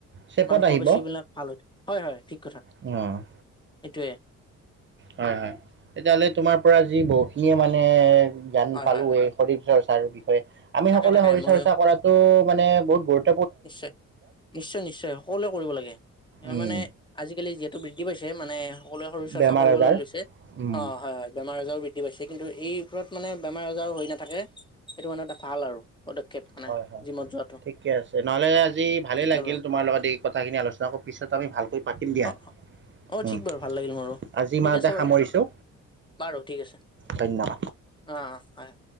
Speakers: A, on the right; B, on the left.
A: চেপত
B: মাংস
A: আহিব
B: পেশী বিলাক ভাল হয়। হয় হয়, ঠিক
A: অ'।
B: এইটোৱে।
A: হয়, হয়। তেতিয়াহ'লে তোমাৰ পৰা আজি বহুখিনিয়ে মানে জ্ঞান
B: হয়
A: পালোৱেই
B: হয় হয়
A: শৰীৰ চৰ্চাৰ বিষয়ে, আমি
B: তাকে
A: সকলোৱে
B: তাকে
A: শৰীৰ
B: ময়ো
A: চৰ্চা কৰাটো মানে বহুত গুৰুত্
B: নিশ্চয়, নিশ্চয়-নিশ্চয়, সকলোৱে কৰিব লাগে, তাৰ
A: উম,
B: মানে আজিকালি যিহেত বৃদ্ধি পাইছে মানে সকলোৱে শৰীৰচৰ্চা
A: বেমাৰ
B: কৰিবলৈ
A: আজাৰ
B: লৈছে।
A: উম,
B: অ', হয় হয়, বেমাৰ আজাৰো বৃদ দ্ধি পাইছে, কিন্তু এই ওপৰত মানে বেমাৰ আজাৰ হৈ নাথাকে সেইটো মানে এটা ভাল আৰু পদক্ষেপ মানে
A: হয়, হয়।
B: জিমত যোৱাটো।
A: ঠিকে আছে নহ'লে আজি ভালেই
B: ঠিক
A: লাগিল
B: আৰু
A: তোমাৰ লগত এই কথাখিনি আলোচনা ক' পিছত আমি ভালকৈ পাতিম দিয়া।
B: অ অ',
A: উম,
B: ঠিক বাৰু ভাল লাগিল মোৰো,
A: আজি
B: ঠিক
A: ইমানতে
B: আছে
A: সামৰিছোঁ
B: বাৰু। বাৰু ঠিক আছে। অ',
A: ধন্যবাদ
B: অ', হয়।